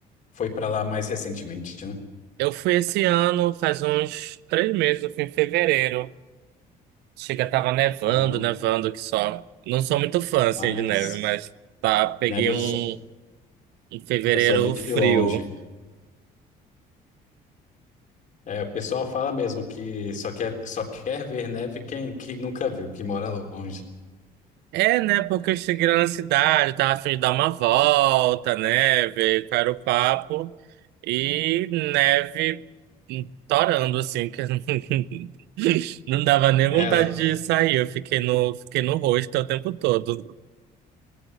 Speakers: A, on the left (about 50°); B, on the right (about 80°).
A: foi pra lá mais recentemente, né?
B: Eu fui esse ano, faz uns três meses, eu fui em fevereiro. Chega, tava nevando,
A: Oh,
B: nevando que só. Não sou muito fã, assim,
A: mas
B: de neve, mas tá, peguei
A: neve
B: um,
A: eu só,
B: um fevereiro
A: eu só vi de
B: frio.
A: longe. É, o pessoal fala mesmo que só quer, só quer ver neve quem, quem nunca viu, que mora longe.
B: É, né? Porque cheguei na cidade, tava a fim de dar uma volta, né? Ver qual era o papo. E neve hum, torando, assim, que eu não <laughs> não dava nem
A: Ela,
B: vontade de sair. Eu fiquei no, fiquei no rosto o tempo todo.